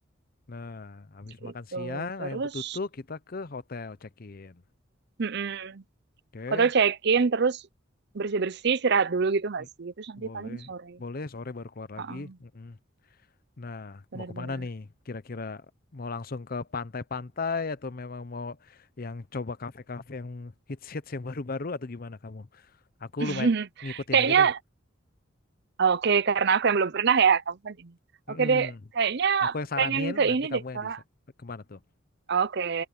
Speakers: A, on the left; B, on the right.
A: Nah, habis
B: gitu
A: makan siang
B: terus
A: ayam betutu kita ke hotel check-in.
B: mm-mm.
A: Oke.
B: hotel check in terus bersih bersih istirahat dulu gitu nggak
A: Mm,
B: sih terus nanti
A: Boleh.
B: paling sore
A: Boleh sore baru keluar lagi.
B: Heeh,
A: Mm-mm. Nah,
B: bener-bener
A: mau kemana nih? Kira-kira mau langsung ke pantai-pantai atau memang mau yang coba kafe-kafe yang hits-hits yang baru-baru atau gimana kamu? Aku
B: <laughs>
A: lumayan ngikutin
B: kayaknya
A: aja deh.
B: oke karena aku yang belum pernah ya kamu kan ini
A: Mm-mm.
B: oke deh kayaknya
A: Aku yang saranin,
B: pengen ke
A: nanti
B: ini
A: kamu
B: deh kak
A: yang bisa. Kemana tuh?
B: oke